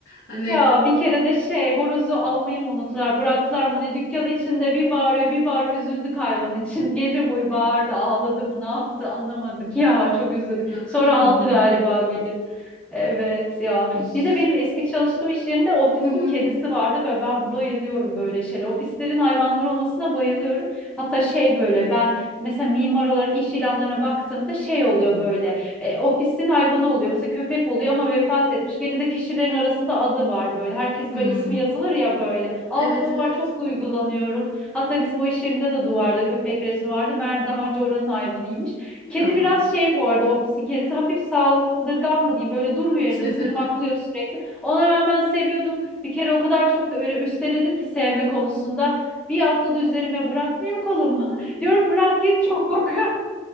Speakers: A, on the left; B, in the centre.
A: Hani
B: Ya bir kere de şey horozu almayı mı unuttular bıraktılar mı ne dükkan içinde bir bağırıyor bir bağırıyor üzüldük hayvan için <laughs> gece boyu bağırdı ağladı mı ne yaptı anlamadık ya çok üzüldük
A: ya
B: sonra
A: kıyamam
B: aldı
A: ya.
B: galiba gelip evet ya
A: İy.
B: bir de benim eski çalıştığım iş yerinde ofisin
A: Hı hı.
B: kedisi vardı ve ben bayılıyorum böyle şeyler ofislerin hayvanları olmasına bayılıyorum hatta şey böyle ben mesela mimar olarak iş ilanlarına baktığımda şey oluyor böyle e, ofisin hayvanı oluyor. Mesela köpek oluyor ama vefat etmiş. Gene de kişilerin arasında adı var böyle. Herkesin
A: Hmm.
B: böyle ismi yazılır ya böyle. Altta
A: Evet
B: o
A: evet.
B: var çok duygulanıyorum. Hatta bizim o iş yerinde de duvarda köpek resmi vardı. Meğer daha önce oranın hayvanıymış.
A: Ya.
B: Kedi biraz şey bu arada ofisin kedisi. Hafif saldırgan mı diyeyim. Böyle durmuyor yerinde
A: <laughs>
B: tırmaklıyor sürekli. Ona rağmen seviyordum. Bir kere o kadar çok böyle üsteledim ki sevme konusunda. Bir atladı üzerime bırakmıyor kolumu. <laughs> Diyorum bırak git çok korkuyorum.